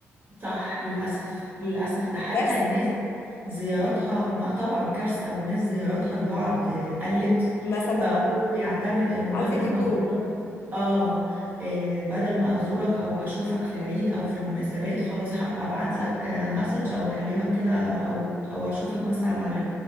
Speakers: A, on the right; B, on the left.
A: صح للأسف للأسف ده حتى
B: كارثه
A: الناس زياراتها ما طبعا كارثة والناس زياراتها لبعض قلت
B: مثلا
A: بقى كله يعتمد انه بدل
B: على الفيديو
A: ما
B: كول
A: ازورك اه آه، بدل ما ازورك او اشوفك في العيد او في المناسبات خلاص هبقى ابعت لك مسج او اكلمك كده او او اشوفك مثلا على